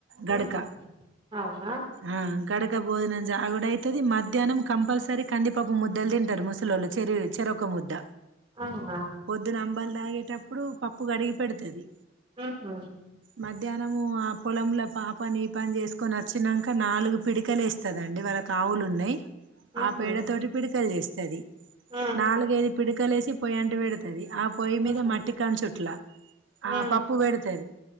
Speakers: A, on the right (about 30°); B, on the right (about 75°).
A: హ
B: గడక
A: అవున
B: ఆ గడక భోజనం జాగుడైతది మధ్యాహ్నం కంపల్సరీ కందిపప్పు ముద్దలు తింటరు ముసలోళ్ళు చెరి చెరోక ముద్ద
A: అవునా
B: పొద్దున అంబల్ అలాగే టప్పుడు పప్పు కడిగి పెడుతది
A: ఉహు
B: మధ్యాహ్నం మనము ఆ పొలంల పాపని ఈ పని చేసుకొని వచ్చినాక నాలుగు పిడికలు ఎస్తదండి వాళ్ళకు ఆవులు ఉన్నాయి
A: ఉహు
B: ఆ పేడ తోటి పిడకలు చేస్తా తది
A: ఉ
B: నాలుగైదు పిడుకలేసి పోయ అంటు పెడుతది ఆ పొయ్యి మీద
A: ఉహు
B: మ మట్టి కంచుట్ల ఆ
A: ఉ
B: పప్పు పెడుతది